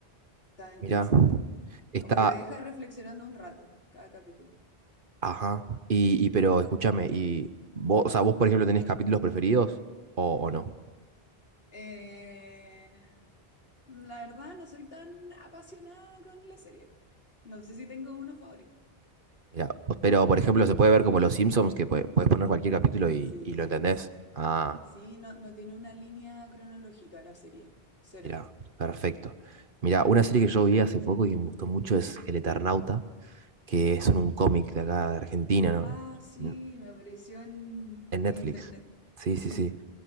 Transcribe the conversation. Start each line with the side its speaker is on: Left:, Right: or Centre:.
Left: está interesante.
Right: Mira, está,
Left: Como que te deja reflexionando un rato cada capítulo.
Right: ajá, y, y pero escúchame, y vos, o sea, vos por ejemplo tenés capítulos preferidos o, o no.
Left: Eh, la verdad, no soy tan apasionada con la serie. No sé si tengo uno favorito.
Right: Mira, pues, pero por ejemplo se puede ver como los Simpsons que puedes poner cualquier capítulo y,
Left: Sí,
Right: y lo entendés. Ah,
Left: sí, no, no tiene una línea cronológica la serie. Cero.
Right: mira, perfecto. Mira, una serie que yo vi hace poco y que me gustó mucho es El Eternauta, que es un cómic de acá de Argentina,
Left: Ah, sí,
Right: ¿no?
Left: me apareció en
Right: En Netflix.
Left: internet.
Right: Sí,
Left: Sí,
Right: sí, sí.